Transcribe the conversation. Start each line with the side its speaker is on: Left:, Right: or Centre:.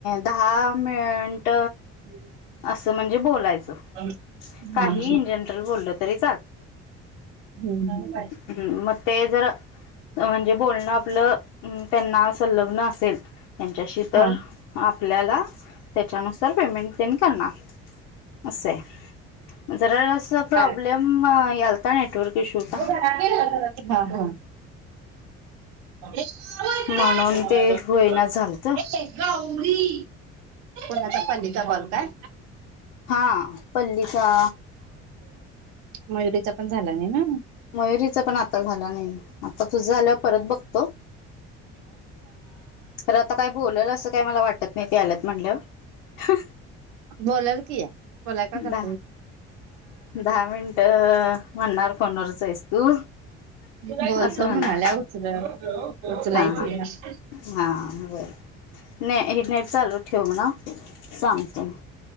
Left: दहा मिनट
Right: हम्
Left: असं म्हणजे बोलायचं
Right: हा
Left: काही
Right: <inaudible> हम
Left: इन जनरल बोललं तरी
Right: हम्म पाहिजे.
Left: हम्म मग ते जर म्हणजे बोलणं आपलं त्यांना संलग्न असेल त्यांच्याशी तर
Right: हा
Left: आपल्याला त्याच्यानुसार पेमेंट त्यांनी करणार अस आहे मग जरासं प्रॉब्लेम
Right: काय?
Left: यालता नेटवर्क इश्यू होता
Right: ओ हा हा हो इकडे
Left: म्हणून ते होईना झालत
Right: ये ये गौरी कोणाचा पणजी चा कॉल काय
Left: हा पल्लीचा
Right: मयुरीचा पण झाला नाही ना
Left: मयुरीचा पण आता झाला नाही आता तुझा झाल्यावर परत बघतो तर आता काय बोलेल असं काही मला वाटत नाही आल्यात म्हणल्यावर
Right: बोलल की या बोलाय का जात
Left: दहा दहा मिनिटं म्हणणार फोनवरच आहेस तू
Right: बोलतो
Left: असं म्हणणार
Right: म्हणाल्या उच उचलायचं
Left: हा हा
Right: येईना
Left: हा बर ने हे नेट चालू ठेव म्हणावं सांगतो मी